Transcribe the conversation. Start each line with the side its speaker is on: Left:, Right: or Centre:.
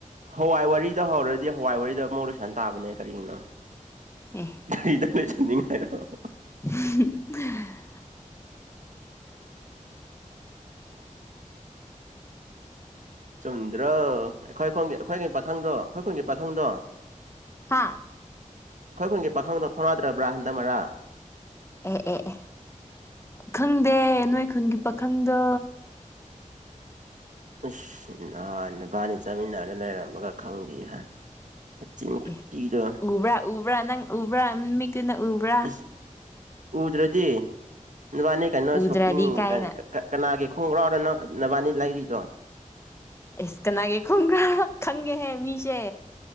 Right: ꯍꯋꯥꯏ ꯋꯥꯔꯤꯗ ꯍꯧꯔꯗꯤ ꯍꯋꯥꯏ ꯋꯥꯔꯤꯗ ꯑꯃꯨꯛ ꯂꯣꯏꯁꯟ ꯇꯥꯕꯅꯦ ꯀꯔꯤꯅꯣ <unintelligible>
Left: ꯑꯦ <unintelligible>
Right: ꯆꯨꯝꯗ꯭ꯔꯣ ꯑꯩꯈꯣꯏ ꯈꯣꯡꯒꯤ ꯑꯩꯈꯣꯏꯒꯤ ꯄꯥꯈꯪꯗꯣ ꯑꯩꯈꯣꯏ ꯈꯨꯟꯒꯤ ꯄꯥꯈꯪꯗꯣ
Left: ꯍꯥ
Right: ꯑꯩꯈꯣꯏ ꯈꯨꯟꯒꯤ ꯄꯥꯈꯪꯗꯣ ꯐꯥꯎꯅꯗ꯭ꯔꯕ꯭ꯔꯥ ꯍꯟꯗꯛ ꯃꯔꯛ
Left: ꯑꯦ ꯑꯦ ꯑꯦ ꯈꯪꯗꯦ ꯅꯣꯏ ꯈꯨꯟꯒꯤ ꯄꯥꯈꯪꯗꯣ
Right: ꯎꯁ ꯅꯍꯥꯟ ꯅꯨꯕꯥꯅꯤ ꯆꯠꯃꯤꯟꯅꯔ ꯂꯩꯔꯝꯃꯒ ꯈꯪꯗꯦ ꯍꯥꯏ ꯅꯆꯤꯟ ꯈꯨꯊꯤꯗꯣ
Left: ꯑꯦ ꯎꯕ꯭ꯔꯥ ꯎꯕ꯭ꯔꯥ ꯅꯪ ꯎꯕ꯭ꯔꯥ ꯃꯤꯠꯇꯨ ꯅꯪ ꯎꯕ꯭ꯔꯥ
Right: ꯏꯁ ꯎꯗ꯭ꯔꯗꯤ ꯅꯨꯕꯥꯅꯤ ꯀꯩꯅꯣ
Left: ꯎꯗ꯭ꯔꯗꯤ
Right: ꯁꯣꯄꯤꯡ
Left: ꯀꯥꯏꯅ
Right: ꯑ ꯀꯠ ꯀꯠ ꯀꯅꯥꯒꯤ ꯈꯣꯡꯒ꯭ꯔꯥꯎ ꯔ ꯅꯪ ꯅꯕꯥꯅꯤ ꯂꯩꯔꯤꯗꯣ
Left: ꯑꯦꯁ ꯀꯅꯥꯒꯤ ꯈꯣꯡꯒ꯭ꯔꯥꯎ ꯈꯪꯉꯦꯍꯦ ꯃꯤꯁꯦ